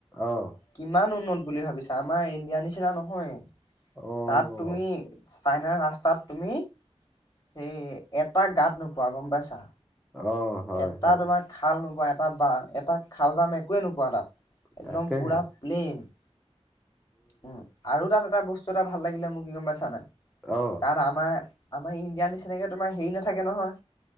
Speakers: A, in the centre; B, on the left.
A: অ',
B: কিমান উন্নত বুলি ভাবিছা আমাৰ ইণ্ডিয়াৰ নিচিনা নহয়।
A: অ',
B: তাত তুমি চাইনা ৰাস্তাত তুমি, সেই এটা গাত নোপোৱা গম পাইছা।
A: অ', হয়,
B: এটা
A: হয়,
B: তোমাৰ খাল নোপোৱা এটা এটা খাল বাম একোৱে নোপোৱা তাত। একদম
A: তাকেহে
B: পুৰা প্লেইন উম আৰু তাত এটা বস্তু এটা ভাল লাগিলে মোক কি গম পাইছা নে নাই তাত
A: অ',
B: আমাৰ। আমাৰ ইণ্ডিয়াৰ নিচিনাকৈ তোমাৰ হেৰি নাথাকে নহয়।